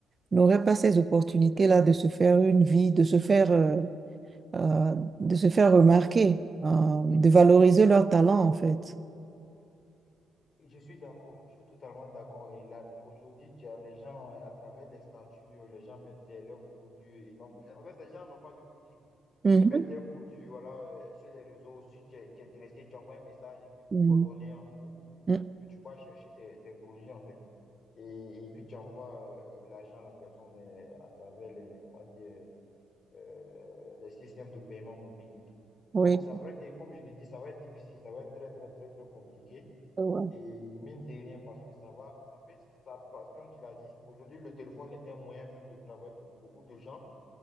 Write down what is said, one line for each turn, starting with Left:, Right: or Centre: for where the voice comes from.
Right: n'auraient pas ces opportunités-là de se faire une vie, de se faire, euh, euh, de se faire remarquer, euh, de valoriser leur talent, en fait.
Left: Je suis d'accord, je suis totalement d'accord. Et là, aujourd'hui, tu as les gens euh, à travers les statuts, euh, les gens mettent les- leurs produits. Ils n'ont- en fait, les gens n'ont pas de boutique,
Right: Mhm.
Left: mais ils mettent leurs produits, voilà, euh, sur les réseaux. Si tu es, tu es intéressé, tu envoies un message et puis vous
Right: Mhm.
Left: coordonnez entre vous.
Right: Mhm.
Left: Et puis tu peux chercher tes, tes produits, en fait. Et, et puis tu envoies euh, l'argent à la personne euh, à travers les, on va dire, euh, les systèmes de paiement mobile et tout.
Right: Oui.
Left: Donc, c'est vrai que, comme je l'ai dit, ça va être difficile, ça va être très, très, très, très compliqué.
Right: Ouais.
Left: Et mine de rien, parce que ça va, ça peut, ça, parce que comme tu l'as dit, aujourd'hui, le téléphone est un moyen même de travailler pour beaucoup de gens.